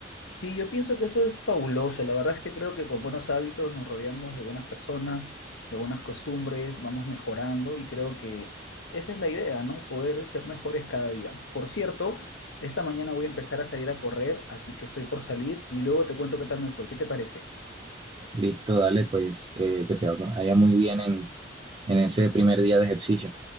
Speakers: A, on the left (about 70°); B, on the right (about 25°).
A: Sí, yo pienso que eso es fabuloso. La verdad es que creo que con buenos hábitos nos rodeamos de buenas personas, de buenas costumbres, vamos mejorando y creo que esa es la idea, ¿no? Poder ser mejores cada día. Por cierto, esta mañana voy a empezar a salir a correr, así que estoy por salir y luego te cuento qué tal me fue. ¿Qué te parece?
B: Listo, dale, pues eh, que te vaya muy bien en, en ese primer día de ejercicio.